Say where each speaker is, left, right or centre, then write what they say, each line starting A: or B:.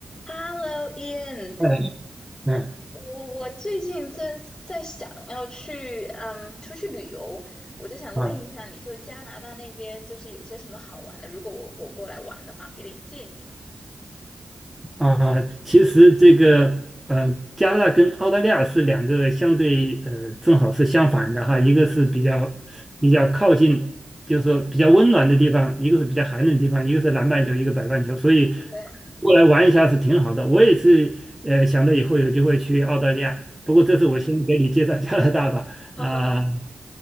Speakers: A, on the left; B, in the centre.
A: Hello, Ian，
B: 嗯嗯
A: 我我最近在在想要去嗯出去旅游，我就想问一下你，
B: 啊
A: 就加拿大那边就是有些什么好玩的？如果我我过来玩的话，给点建议嘛。
B: 啊，其实这个呃，加拿大跟澳大利亚是两个相对呃，正好是相反的哈，一个是比较比较靠近，就是说比较温暖的地方，一个是比较寒冷的地方，一个是南半球，一个北半球，所以
A: 对，
B: 过来玩一下是挺好的。我也是呃，想着以后有机会去澳大利亚，不过这次我先给你介绍加拿大吧啊。
A: 好好好，